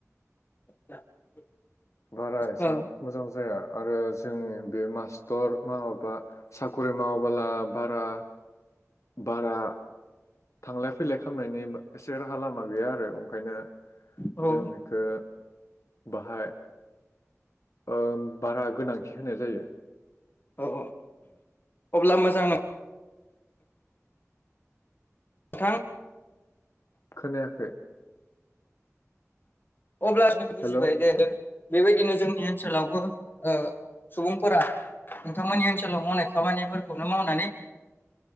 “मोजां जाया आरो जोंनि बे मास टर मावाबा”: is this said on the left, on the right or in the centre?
Left